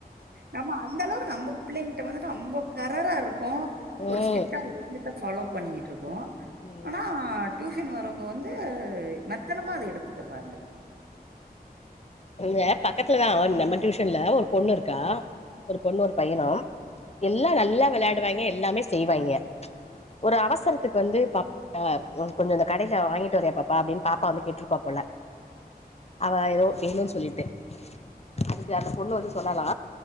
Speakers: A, on the right; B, on the left.
A: நம்ம அந்த அளவுக்கு நம்ம பிள்ளைங்கிட்ட வந்து ரொம்ப கரரா இருக்கோ
B: ம்
A: ஒரு ஸ்ட்ரிக்டா
B: ம்
A: ஃபாலோ பண்ணிகிட்டு இருக்கோ
B: ம்
A: ஆனா டியூசன் சன் வரவுங்க வந்து மெத்தனமா அத எடுத்துக்குறாங்க
B: அங்க பக்கத்துலதா நம்ம டியூஷன்ல ஒரு பொண்ணு இருக்கா ஒரு பொண்ணு ஒரு பையனும் எல்லா நல்லா வெளாடுவாய்ங்க எல்லாமே செய்வாங்க ஒரு அவசரத்துக்கு வந்து ஆ கொஞ்சோ இந்த கடைல வாங்கிட்டு வரியா பாப்பா அப்டின் பாப்பா வந்து கேட்ருப்பா போல அவ எதோ வேணுன் சொல்லிட்டு அதுக்கு அந்த பொண்ணு வந்து சொன்னாலா